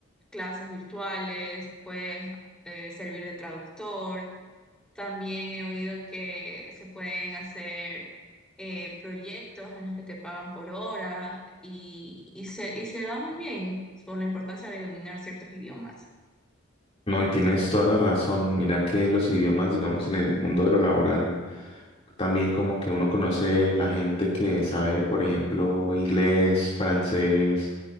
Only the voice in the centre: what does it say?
clases virtuales, puedes eh, servir de traductor también he oído que se pueden hacer eh, proyectos en los que te pagan por hora y, y se, y se da muy bien por la importancia de dominar ciertos idiomas.